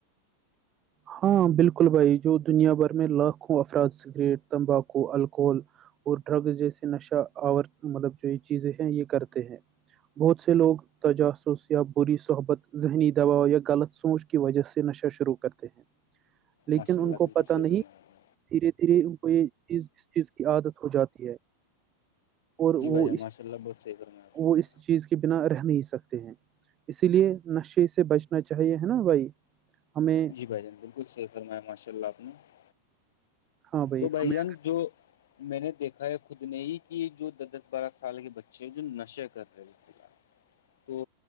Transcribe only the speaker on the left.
ماشاء
اللہ بالکل
صحیح
فرمایا آپ نے.
جی
بھائی جان
ماشاء اللہ بہت صحیح فرمایا آپ نے
بھ جان بالکل صح فرم ہے ماشاء اللہ آپ نے <unintelligible>
تو بھائی
جان جو میں نے دیکھا ہے خود نے ہی کہ جو دس دس بارہ سال کے بچے ہیں جو نشے کر رہے ہیں فی الحال تو